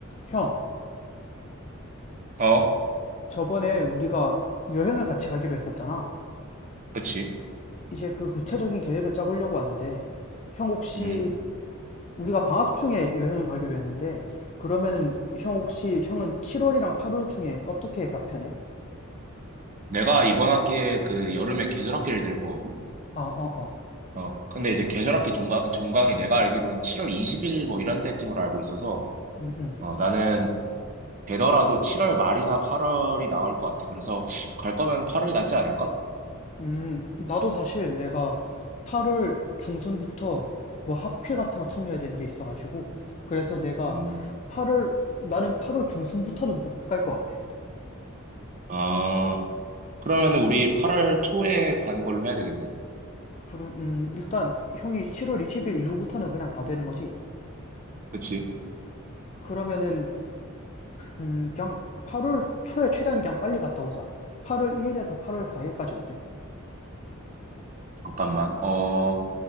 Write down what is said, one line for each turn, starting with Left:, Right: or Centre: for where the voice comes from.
Left: 형,
Right: 어,
Left: 저번에 우리가 여행을 같이 가기로 했었잖아.
Right: 그치.
Left: 이제 그 구체적인 계획을 짜보려고 하는데, 형 혹시
Right: 음.
Left: 우리가 방학 중에 여행을 가기로 했는데, 그러면은 형 혹시 형은 7월이랑 8월 중에 어떻게가 편해?
Right: 내가 이번 학기에 그 여름에 계절학기를 들 거거든?
Left: 아, 어, 어.
Right: 어, 근데 이제 계절학기 종강, 종강이 내가 알기로는 7월 20일 뭐 이런 때쯤으로 알고 있어서,
Left: 음, 음.
Right: 어, 나는 되더라도 7월 말이나 8월이 나을 것 같아. 그래서 갈 거면 8월이 낫지 않을까?
Left: 음, 나도 사실 내가 8월 중순부터 뭐 학회 같은 거 참여해야 되는 게 있어가지고, 그래서 내가
Right: 음,
Left: 8월, 나는 8월 중순부터는 못 갈 것 같아.
Right: 어, 그러면은 우리 8월 초에 가는 걸로 해야 되겠네?
Left: 그럼 음, 일단 형이 7월 20일 이후부터는 그냥 다 되는 거지.
Right: 그치?
Left: 그러면은 음, 그냥 8월 초에 최대한 그냥 빨리 갔다 오자. 8월 1일에서 8월 4일까지 어때?
Right: 잠깐만. 어,